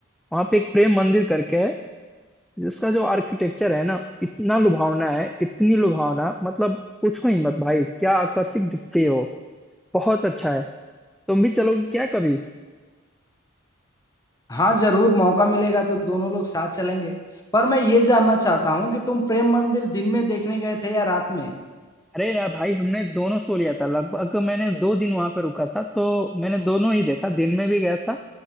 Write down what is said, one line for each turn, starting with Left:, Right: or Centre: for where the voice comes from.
Centre: वहाँ पे एक प्रेम मंदिर करके है जिसका जो आर्किटेक्चर है ना इतना लुभावना है इतनी लुभावना मतलब पूछो ही मत भाई क्या आकर्षक दिखते हो बहुत अच्छा है तुम भी चलोगे क्या कभी
Left: हाँ जरूर मौका मिलेगा तो दोनों लोग साथ चलेंगे पर मैं ये जानना चाहता हूँ कि तुम प्रेम मंदिर दिन में देखने गए थे या रात में
Centre: अरे ना भाई हमने दोनों सो लिया था लगभग मैंने दो दिन वहां पे रुका था तो मैंने दोनों ही देखा दिन में भी गया था